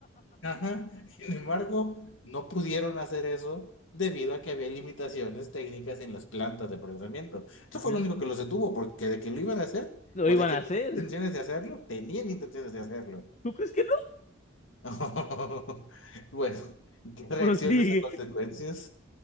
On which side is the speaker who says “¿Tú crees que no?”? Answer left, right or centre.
Left